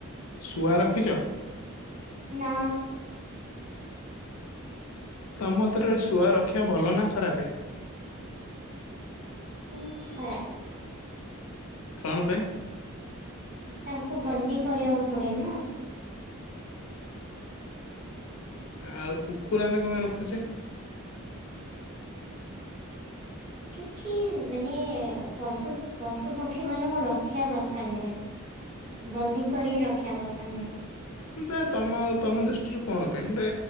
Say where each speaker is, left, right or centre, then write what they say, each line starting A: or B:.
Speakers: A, on the left; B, on the right.
A: ଶୁଆ ରଖିଚି?
B: ନା।
A: ତମ୍ ମତେରେ ଶୁଆ ରଖିବା ଭଲ ନା ଖରାପେ?
B: ଉଁ ଖରାପ୍।
A: କଣ ପାଇଁ?
B: ତାଙ୍କୁ ବନ୍ଦୀ କରିଆକୁ ପଡେ ନା।
A: ଆଉ କୁକୁର ଆମେ କଁ ପାଇଁ ରଖୁଚେ?
B: କିଛି ମାନେ ଉଁ ପଶୁ ପଶୁ ପକ୍ଷୀମାନଙ୍କୁ ରଖିଆ କଥା ନୁଏଁ। ବନ୍ଦୀ କରିକି ରଖିଆ କଥା ନୁଏଁ।
A: କିନ୍ତୁ ଆଉ ତମ ତମ ଦୁଷ୍ଟିରୁ କଣ ପାଇଁ ଗୋଟେ